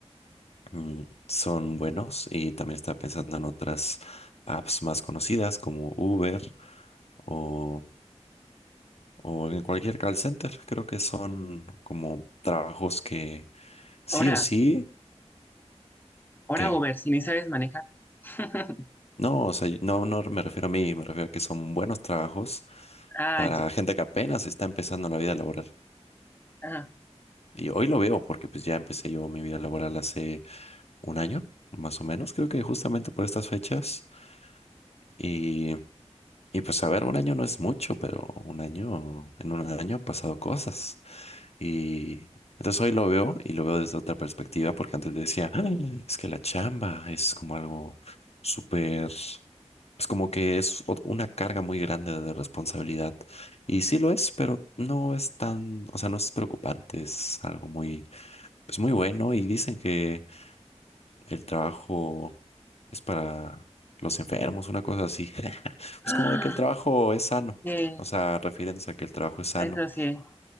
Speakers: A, on the left (about 65°); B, on the left (about 15°).
A: mm, son buenos y también estaba pensando en otras apps más conocidas como Uber o, o en cualquier call center, creo que son como trabajos que sí
B: Ahora,
A: o sí.
B: ahora
A: ¿Qué?
B: Uber, si ni sabes manejar. <laughs>
A: No, o sea, no, no me refiero a mí, me refiero a que son buenos trabajos
B: Ah,
A: para
B: ya.
A: gente que apenas está empezando la vida laboral.
B: ajá.
A: Y hoy lo veo porque pues ya empecé yo mi vida laboral hace un año, más o menos, creo que justamente por estas fechas. Y, y pues a ver, un año no es mucho, pero un año, en un año han pasado cosas. Y entonces hoy lo veo y lo veo desde otra perspectiva, porque antes decía, "Ay, es que la chamba es como algo súper, pues como que es ot- una carga muy grande de responsabilidad. Y sí lo es, pero no es tan, o sea, no es preocupante, es algo muy, pues muy bueno. Y dicen que el trabajo es para los enfermos, una cosa así. <laughs> Pues
B: Ah,
A: como de que el trabajo es sano,
B: sí,
A: o sea, refiriéndose a que el trabajo es sano.
B: eso sí,